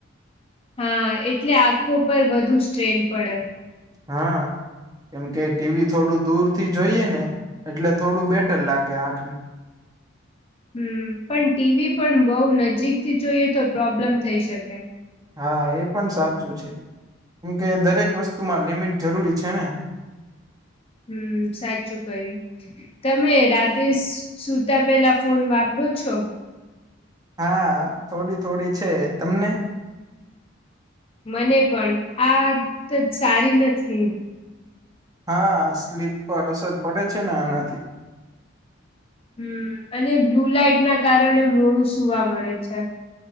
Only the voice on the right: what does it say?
હા કેમ કે ટીવી થોડું દૂર થી જોઈએ ને એટલે થોડું બેટર લાગે આંખને
હા એ પણ સાચું છે કેમકે દરેક વસ્તુમાં લિમિટ જરૂરી છે ને
હા થોડી થોડી છે તમને
હા સ્લીપ પર અસર પડે છે ને આનાથી